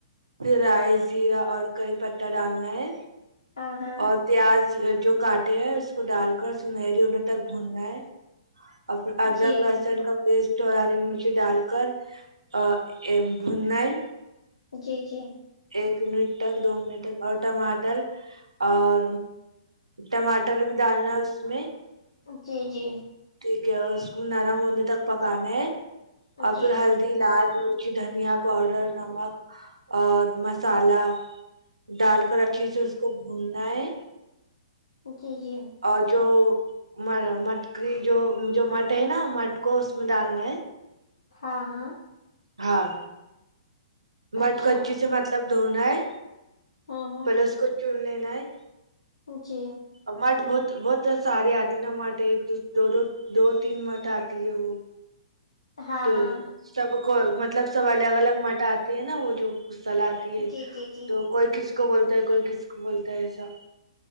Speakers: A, on the right (about 75°); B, on the left (about 65°).
A: پھر رائس زیرا اور کری پتا ڈالنا ہے
B: ہاں ہاں
A: اور پیاز جو کاٹے ہیں اس کو ڈال کر سنہری ہونے تک بھوننا ہے اور پھر ادرک
B: جی
A: لہسن کا پیسٹ اور ہری مرچی ڈال کر ا بھننا ہے
B: جی جی
A: ایک منٹ تک دو منٹ تک اور ٹماٹر اور ٹماٹر بھی ڈالنا ہے اس میں
B: جی جی
A: ٹھیک ہے اور اس کو نرم ہونے تک پکانا ہے
B: ہاں
A: اور پھر ہلدی لال مرچی دھنیا پاؤڈر نمک اور مسالہ ڈال کر اچھی سے اس کو بھوننا ہے
B: جی جی
A: اور جو م مٹ کی جو جو مٹ ہے نا مٹ کو اس میں ڈالنا ہے
B: ہاں ہاں
A: ہاں مٹ
B: اچھا
A: کو اچھے سے مطلب دھونا ہے
B: ہوں
A: پہلے اس کو چون لینا ہے
B: جی
A: اورمٹ بہت بہت سارے آتی ہے نا مٹ ایک دو دو دو تین مٹ آتی ہے وہ
B: ہاں
A: تو
B: ہاں
A: سب کو مطلب سب الگ الگ مٹ آتے ہیں نا وہ جو چلا آتی ہے
B: جی جی جی
A: تو کوئی کسی ک کو بولتا ہے کوئی کس کو بولتا ہے ایسا